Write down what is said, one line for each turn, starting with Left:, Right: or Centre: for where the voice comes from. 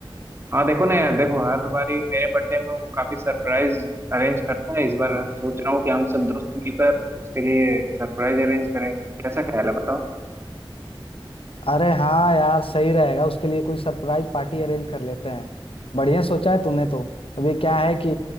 Right: हाँ देखो ना यार देखो हर बारी मेरे बर्थडे में वो काफी सरप्राइज अरेंज करता है इस बार सोच रहा हूँ कि हम सब दोस्त मिलकर उसके लिए सरप्राइज अरेंज करें कैसा ख्याल है बताओ
Left: अरे हाँ यार सही रहेगा उसके लिए कोई सरप्राइज पार्टी अरेंज कर लेते हैं बढ़िया सोचा है तूने तो अभी क्या है कि